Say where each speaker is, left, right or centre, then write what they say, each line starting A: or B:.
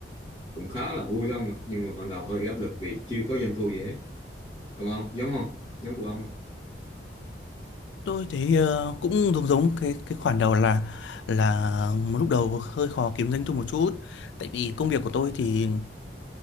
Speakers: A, on the left; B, on the left.
A: cũng khá là vui đâu nhưng mà ban đầu hơi áp lực vì chưa có doanh thu gì hết còn ông giống không giống của ông không?
B: Tôi thấy ờ, cũng giống giống cái cái khoản đầu là là lúc đầu hơi khó kiếm doanh thu một chút, tại vì công việc của tôi thì